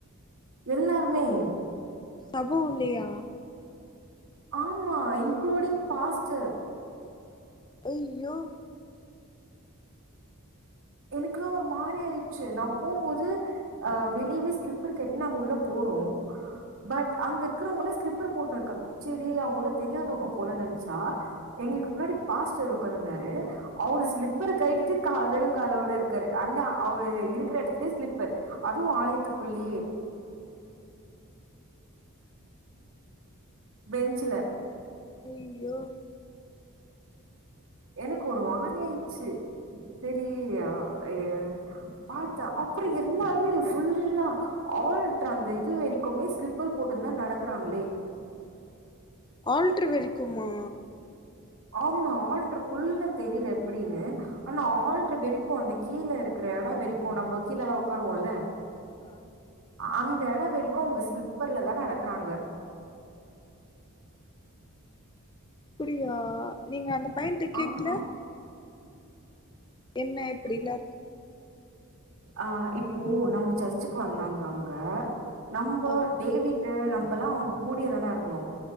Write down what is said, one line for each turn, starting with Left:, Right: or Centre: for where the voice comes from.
Right: எல்லாருமே
Left: சப உள்ளயா
Right: ஆமா இன்குளூடிங் பாஸ்டர்
Left: ஐய்யோ
Right: எனக்குல்லா ஒரு மாரி ஆயிடுச்சு நா போம்போது அ வெளியவே ஸ்லிப்பர் கலட்டிட்டு நாங்க உள்ள போறோ பட் அங்க இருக்கறவங்கள்ளா ஸ்லிப்பர் போட்டு இருக்காங்க சேரி அவங்கள்ளா தெரியாதவங்க போல நென்ச்சா எங்களுக்கு முன்னாடி பாஸ்டர் ஒக்காந்துருந்தாரு அவரு ஸ்லிப்பர கழட்டிட்டு கா வெறு காலோட இருக்காரு அங்க அவரு இருக்கிற இடத்துலயே ஸ்லிப்பர் அதுவு ஆலயத்துக்குள்ளயே பெஞ்ச்சுல
Left: ஐய்யோ
Right: எனக்கு ஒரு மாரியாச்சு சேரி அ இ பாத்தா அப்புறோ எல்லாருமே ஃபுல்லா ஆள்ட்ரு அந்த இது வரைக்குமே ஸ்லிப்பர் போட்டு தா நடக்கிறாங்களே
Left: ஆல்டரு வரைக்குமா
Right: ஆமா ஆல்ட்ருக்குள்ள தெரில எப்டின்னு ஆனா ஆள்ட்ர் வெரிக்கு அந்த கீழே இருக் குற எடொ வரைக்கும் நம்ம கீழ எல்லா ஒக்காருவோல்ல
Left: ஆ
Right: அந்த எடோ வரைக்கு அவ்ங்க ஸ்லிப்பர்ல தா நடக்றாங்க
Left: அப்டியா நீங்க அந்த பையன்ட கேக்கல
Right: ஆமா
Left: என்ன இப்டில்லா
Right: அ இப்போ நம்ம சர்ச்சுக்கு வந்தாங்க அவ்ங்க நம்போ
Left: ஆ
Right: டேவிட்டு நம்மல்லா அவங்க கூடியேதானே இருந்தோ